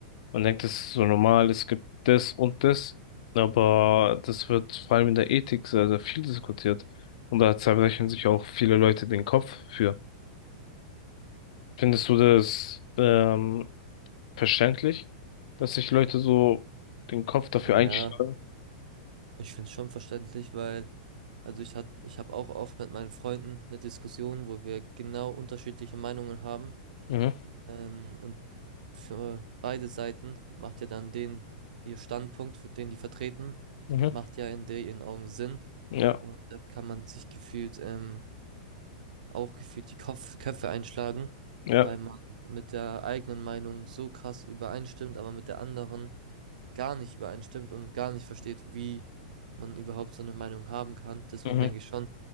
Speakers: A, on the left; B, on the right.
A: man denkt, es ist so normal, es gibt das und das, aber das wird vor allem in der Ethik sehr, sehr viel diskutiert. Und da zerbrechen sich auch viele Leute den Kopf für. Findest du das ähm, verständlich, dass sich Leute so den Kopf dafür
B: Ja,
A: einschlagen?
B: Ich finde es schon verständlich, weil, also ich hat, ich habe auch oft mit meinen Freunden eine Diskussion, wo wir genau unterschiedliche Meinungen haben.
A: Mhm,
B: Ähm, und für beide Seiten macht ja dann den, ihr Standpunkt, für den die vertreten,
A: mhm.
B: macht ja in der ihren Augen Sinn.
A: Ja.
B: Und dann kann man sich gefühlt, ähm, auch gefühlt die Kopf <laughs> Köpfe einschlagen,
A: Ja,
B: weil man mit der eigenen Meinung so krass übereinstimmt, aber mit der anderen gar nicht übereinstimmt und gar nicht versteht, wie man überhaupt so eine Meinung haben kann. Deswegen
A: mhm,
B: denke ich schon,